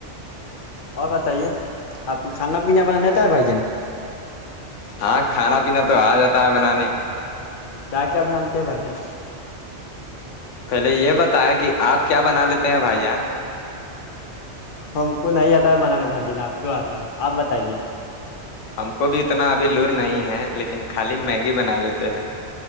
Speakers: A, on the left (about 55°); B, on the left (about 85°).
A: اور بتائیے آپ کو کھانا پینا بناناتا ہے بھائی جان
B: ہاں کھانا پینا تو آ جاتا ہے بنانے
A: کیا بنالتے بھ جان
B: پہلے یہ بتایا کہ آپ کیا بنا لیتے ہیں بھائی جان
A: ہم کو نہیں آتا ہے بنانے بھائی جین آپ کیوں آتا ہے آپ بتائیے
B: ہم کو بھی اتنا ابھی لور نہیں ہے لیکن خالی میگی بنا لیتے ہیں